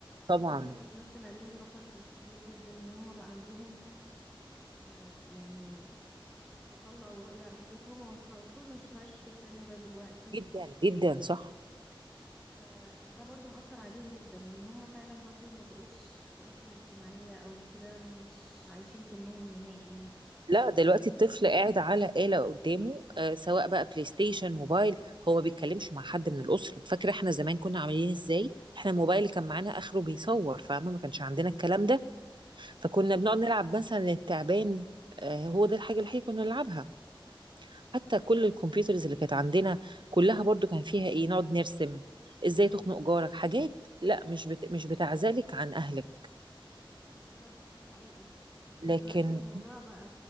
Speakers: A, in the centre; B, on the right.
A: أنا
B: طبعا
A: شايفة إن هي بتمثل عليهم خطر كبير جدا إن هما بقى عندهم آه يعني تطلع ورؤية على حاجات هما مف- المفروض ما يشوفهاش في السن ده دلوقتي
B: جدا جدا صح
A: فده برضو مأثر عليهم جدا وإن هما فعلا برضو ما بقوش حياتهم الاجتماعية أو كده مش عايشين سنهم نهائي
B: لا
A: آه
B: دلوقتي الطفل قاعد على آلة قدامه آه سواء بقى بلاي ستيشن موبايل هو بيتكلمش مع حد من الأسرة فاكرة احنا زمان كنا عاملين ازاي احنا الموبايل اللي كان معانا آخره بيصور فاهمة ما كانش عندنا الكلام ده
A: بالظبط
B: فكنا بنقعد نلعب مثلا التعبان آه، هو ده الحاجة الوحيدة كنا نلعبها حتى كل الكمبيوترز اللي كانت عندنا كلها برضو كان فيها ايه نقعد نرسم ازاي تخنق جارك حاجات لا مش بت... مش بتعزلك عن اهلك
A: بالظبط ده حقيقي لكن
B: لكن
A: دلوقتي الموضوع بقى